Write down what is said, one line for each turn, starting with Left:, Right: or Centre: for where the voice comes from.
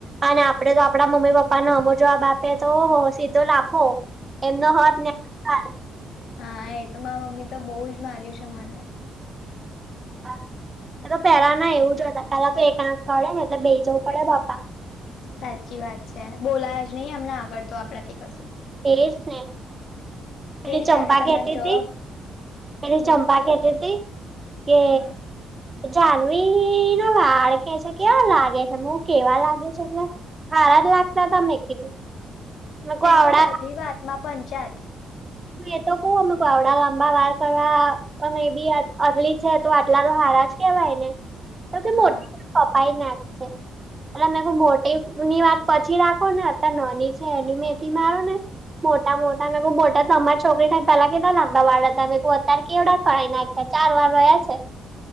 Right: અને આપડે તો આપડા મમ્મી પપ્પાને હામો જવાબ આપીએ તો ઓહો સીધો લાફો એમનો <unintelligible>
Left: હા એ તો મારા મમ્મી તો બહુ જ માર્યું છે મને
Right: <inaudible> એ તો પેલા ના એવું જ હતા પેલા તો એક આંખ કાડેને એટલે બેહી જવું પડે બાપા
Left: સાચી વાત છે બોલાય જ નહી અમને આગળ તો આપડા થી કશું
Right: એજ ને પેલી
Left: કેવી
Right: ચંપા
Left: ચાલે તમારી
Right: કેહતી
Left: જોબ
Right: હતી પેલી
Left: બોલો
Right: ચંપા
Left: બોલો
Right: કેતી હતી કે
Left: હા
Right: જાનવી નો વાળ કે છે કેવા લાગે છે <unintelligible> કેવા લાગે છે એટલે હારા જ લાગતા તા મે કીધું મેં કુ
Left: એને
Right: આવડા
Left: તો બધી વાતમાં પંચાત
Right: એતો કવ અમુ આવડા લાંબા વાર કરવા અને એ બી અટલી છે તો આટલા તો હારા જ કેવાયને તો કે
Left: હા
Right: મોટી કપાઈ નાખશે અલા મેં કીધું મોટી ની વાત પછી રાખો ને અતારે નાની છે એની મેથી મારો ને મોટા મોટા મેં <unintelligible> તો અમારી છોકરીને પેલા કેટલા લાંબા વાળ હતા મેં કીધું અત્યારે કેવડા કરાઈ નાખ્યા ચાર વાર રહ્યા છે